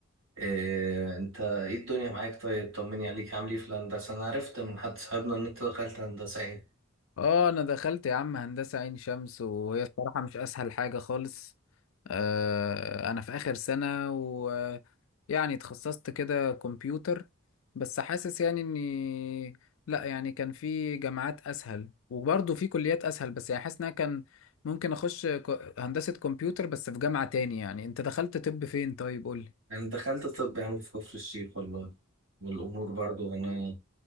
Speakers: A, on the right; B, on the left.
A: إيه أنت إيه الدنيا معاك طيب طمني عليك عامل إيه في الهندسة أنا عرفت من حد صاحبنا إن أنت دخلت هندسة إيه
B: اه انا دخلت يا عم هندسة عين شمس وهي الصراحة مش اسهل حاجة خالص آه انا في اخر سنة ويعني اتخصصت كده كمبيوتر بس حاسس يعني اني لا يعني كان في جامعات اسهل وبرضه في كليات اسهل بس يعني حاسس ان انا كان ممكن اخش ك- هندسة كمبيوتر بس في جامعة تاني يعني انت دخلت طب فين طيب قولي
A: أنا دخلت طب يا عم في كفر الشيخ والله والأمور برضو هنا